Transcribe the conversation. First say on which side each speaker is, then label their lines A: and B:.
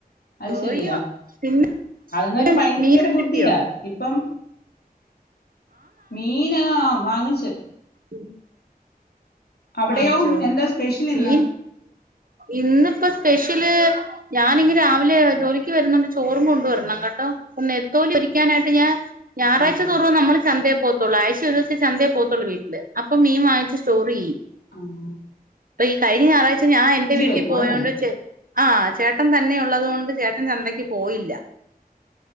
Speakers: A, on the left; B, on the right.
A: അത്
B: പോയോ
A: ശരിയാ
B: പിന്നെ
A: അതുങ്ങൾക്ക്
B: പിന്നെ
A: ഭയങ്കര
B: മീനൊക്കെ
A: ബുദ്ധിയാ.
B: കിട്ടിയോ
A: ഇപ്പം മീനാ വാങ്ങിച്ച്
B: ഉം
A: അവിടെയോ
B: വാങ്ങിച്ചോ
A: എന്താ സ്പെഷ്യൽ ഇന്ന്
B: മീൻ ഇന്നിപ്പോ സ്പെഷ്യല്. ഞാനിങ്ങനെ രാവിലെ ജോലിക്ക് വരുന്നണ്ട് ചോറും കൊണ്ടുവരണങ്ങെട്ടോ. നത്തോലി പൊരിക്കായിട്ട് ഞാൻ ഞായാഴ്ച
A: ആ
B: ചോറും നമ്മൾ ചന്തയ പോത്തേള്ളൂ ആഴ്ച ഒരു ദിവസേ ചന്തയിൽ പോത്തേള്ളൂ വീട്ടില് അപ്പൊ മീൻ വാങ്ങച്ച് സ്റ്റോറി ചെയ്യും.
A: ആഹ്.
B: ആ ഈ കഴിഞ്ഞ ഞായറാഴ്ച ഞാൻ എന്റെ വീട്ടിൽ
A: വെക്കും
B: പേയോണ്ട്.
A: അല്ലേ
B: ആ ചേട്ടൻ തന്നെ ഉള്ളത് കൊണ്ട് ചേട്ടൻ ചന്തയ്ക്ക് പോയില്ല.